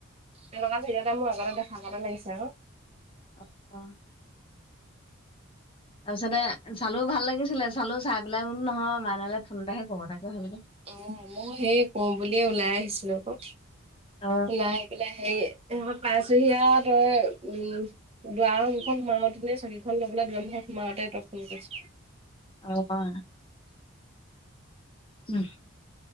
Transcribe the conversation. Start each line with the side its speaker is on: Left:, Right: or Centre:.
Right: তেনেকুৱা ভিডিঅ' এটা মোৰ আগতে দেখা গতে লাগিছে আকৌ।
Left: অ', অ'। তাৰপিছতে চালো ভাল লাগিছিলে, চালো চাই পেলাই বোলো নহয়, মাইনালে ফোন এটাহে কৰো, তাকে ভাবিলো।
Right: অ', ময়ো সেই কৰো বুলিয়ে ওলাই আহিছিলো আকৌ,
Left: অ
Right: ওলাই ওলাই হেৰি, এইডখৰ পাইচোহি আওঁ, তাপা, উম। দুৱাৰ মুখত সোমাওঁতেই, চকীখন ল'বলৈ দুৱাৰমুখত সোমাওঁতেই তই ফোন কৰিছ।
Left: অ', <unintelligible> উম।